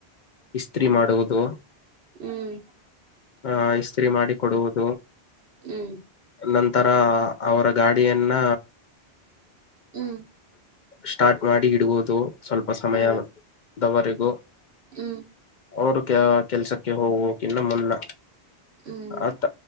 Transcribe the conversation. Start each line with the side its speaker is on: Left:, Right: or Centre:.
Left: ಇಸ್ತ್ರಿ ಮಾಡುವುದು
Right: ಹ್ಮ್
Left: ಆಹ ಇಸ್ತ್ರಿ ಮಾಡಿಕ ಕೊಡುವುದು
Right: ಹ್ಮ್ ಹ್ಮ್
Left: ನಂತರ ಅವರ ಗಾಡಿಯನ್ನ
Right: ಹ್ಮ್
Left: ಸ್ಟಾರ್ಟ್ ಮಾಡಿ ಇಡ್ಬೋದು ಸ್ವಲ್ಪ ಸಮಯದವರೆಗೂ
Right: ಹಾ ಹ್ಮ್
Left: ಅವೋಡು ಕೆ ಕೆಲ್ಸಕ್ಕೆ ಹೋಗಕಿನ್ನ ಮುನ್ನ
Right: ಹ್ಮ್
Left: ಆತ